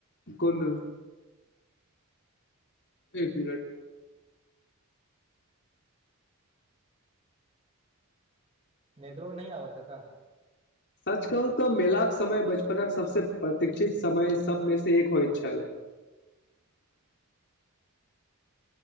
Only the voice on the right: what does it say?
नेटवर्क नहि आबत हइ का